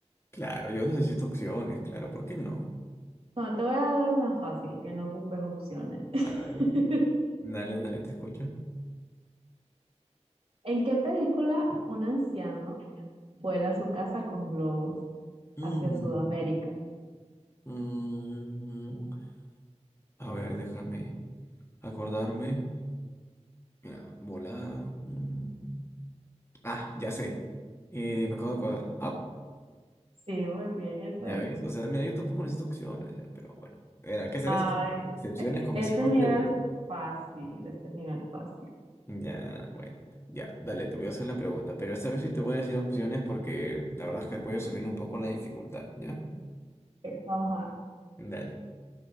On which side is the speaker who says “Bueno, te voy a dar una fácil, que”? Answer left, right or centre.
Right